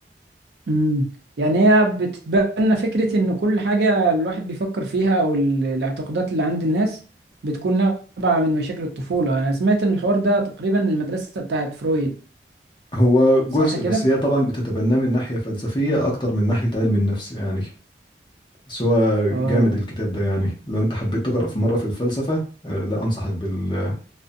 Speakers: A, on the right (about 75°); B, on the left (about 25°).
A: مم. يعني هي بتتبنى فكرة إن كل حاجة الواحد بيفكر فيها أو ال- الاعتقادات اللي عند الناس بتكون نابعة من مشاكل الطفولة أنا سمعت إن الحوار ده تقريبا المدرسة بتاعت فرويد
B: هو جزء
A: صح كده؟
B: بس هي طبعا بتتبناه من ناحية فلسفية أكتر من ناحية علم النفس يعني بس هو جامد
A: آه
B: الكتاب ده يعني لو أنت حبيت تقرأ في مرة في الفلسفة آه، لا أنصحك بال...